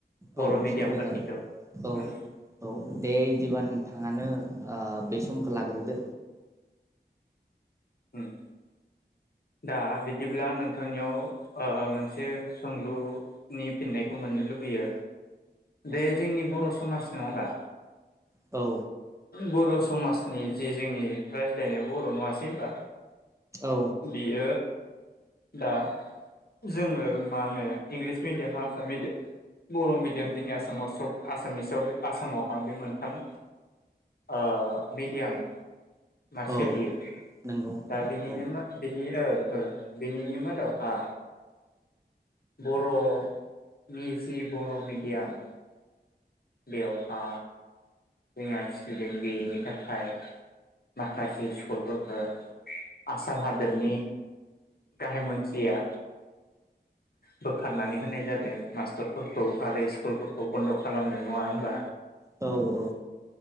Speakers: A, on the left; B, on the right.
A: बर'
B: औ
A: मिडियामफोरनिखौ
B: सावरायजागोन। औ
A: उम
B: औ दे बिदिबा नोंथाङानो ओ बे समखौ लाग्रोदो।
A: हुम। दा बिदिब्ला नोंथांनियाव ओ मोनसे सोंलुनि फिन्नाय खौ मोननो लुबैयो। बे जोंनि बर' समाज नङा होमबा
B: औ।
A: बर' समाजनि जे जोंनि रायज्लायनाया बर' नङासै होनबा।
B: औ
A: बियो दा जोङो मा होनो इंलिस मिदियाम हार्सा मिदियाम बर' मिदियाम जोंनि आसामाव सब आसामिसाव बे आसामावहा बे मोन्थाम ओ मिडियाम मा सोलियो।
B: औ नंगौ
A: दा बिनिनो
B: औ
A: बिनि ओ ओ बिनिनि मादावहा बर' मिउजि बर' मिडियाम बेवहा जोंहा स्टुडेन्ट गैयैनि थाखाय माखासे स्कुलफोरखो आसाम हादोरनि गाहाय मन्थ्रिया बोखारनानै होनाय जादों मास्टरफोरखौ आरो स्कुलफोरखौ बन्द' खालामदों। नङा होमबा।
B: औ औ